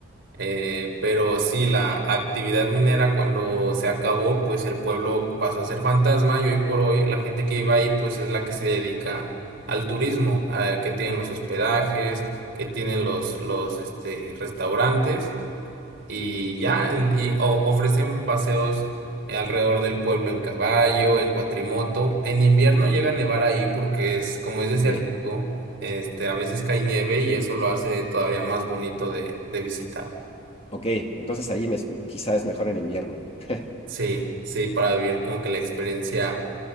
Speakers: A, on the right; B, on the left.
A: Eh, pero sí, la actividad minera cuando se acabó, pues el pueblo pasó a ser fantasma y hoy por hoy la gente que vive ahí, pues es la que se dedica al turismo, eh, que tienen los hospedajes, que tienen los, los este, restaurantes y ya, en- y o- ofrecen paseos eh, alrededor del pueblo en caballo, en cuatrimoto. En invierno llega a nevar ahí porque es, como es desértico,
B: Ok,
A: este, a veces cae nieve y eso lo hace todavía más bonito de de visitar.
B: ok. Entonces ahí me, quizá es mejor en invierno. <laughs>
A: Sí, sí, para vivir como que la experiencia